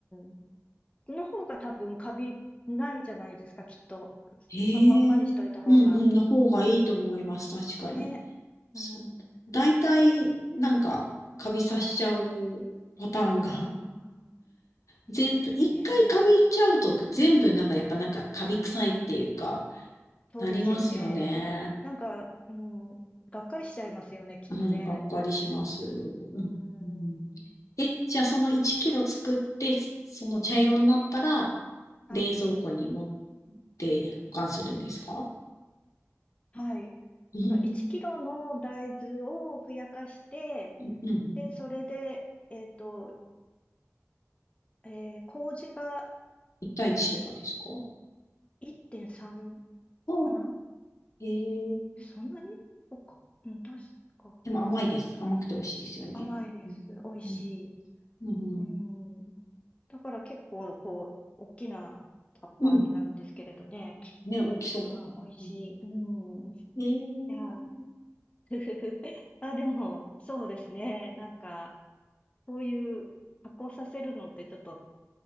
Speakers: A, on the left; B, on the left.
A: ん、の方が多分カビないじゃないですか、きっと。
B: ええうんうん、
A: そのまんまにしといた方が。
B: の方がいいと思います。
A: うん
B: 確かに。
A: ね。うん。
B: そ、大体、なんか、カビさしちゃうパターンが、
A: はい。ああ、
B: 全体、一回カビちゃうと全部なんかやっぱなんかカビ臭いっていうか、
A: ねえ、うん。そうですよね。
B: なりますよね。
A: なんか、うん、がっかりしちゃいますよね、きっとね。
B: はい、がっかりします。うん、
A: うん。
B: うん。え、じゃあその1キロ作って、その茶色になったら、
A: はい。
B: 冷蔵庫に持って保管するんですか
A: うん。はい。
B: うん。
A: その1キロの大豆をふやかして、
B: うん、うん。
A: で、それで、えっと、えー麹が
B: 1対1とかですか
A: 1.3
B: あ、
A: かな
B: えー、
A: え、そんなにそっか。うん、確か。
B: でも甘いです。甘くて美味しいですよね。
A: 甘いです。
B: うん、
A: 美味しい。
B: うん、うん。
A: うん。だから結構、こう、大きなタッパーになるんですけれどね。
B: うんうんね、大きそう。
A: あー、美味しい。
B: うん、
A: うん。い
B: えー、
A: や、<laughs> ふふふ。あ、でも、そうですね。なんか、そういう発酵させるのってちょっと